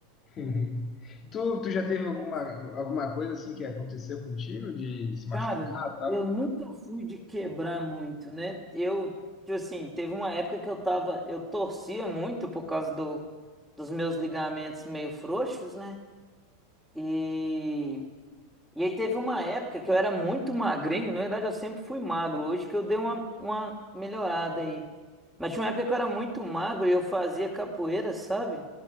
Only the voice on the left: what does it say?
<laughs> Uhum. Tu, tu já teve
alguma, alguma coisa assim que aconteceu contigo de se machucar
e tal?